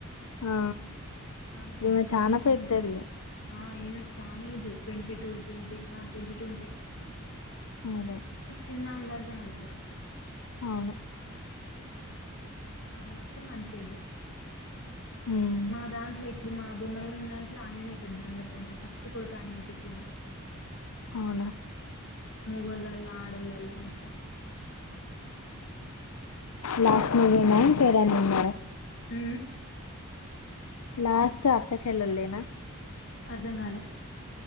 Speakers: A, on the left (about 75°); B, on the left (about 60°).
A: ఆ
B: చాలా పెద్ద
A: ఈమె చనా
B: ఈమెకు
A: పెద్దది
B: ఆ ఈమెక్ చాలా ఏజ్ ట్వంటీ టూ ట్వంటీ ఆ ట్వంటీ టూ ఉంటాయి
A: అదే
B: చిన్నామలా అ్న ఉడుత
A: అవును
B: ఆ అన్న కూడా మంచిజ
A: ఉమ్
B: మన దాంట్లో ఇప్పుడు మా బమ్మరంమయిన దాంట్లో ఆయనే పెద్ద అందరికంటే ఫస్ట్ కొడుకు ఆయనే పుట్టింది
A: అవునా
B: ముగళల్ ఆడుల్లా మత్తం
A: లాస్మవిన్నా పరా నంబ
B: హ
A: లాస్ట్ అక్కచల్లేనా
B: అర్ధంగాల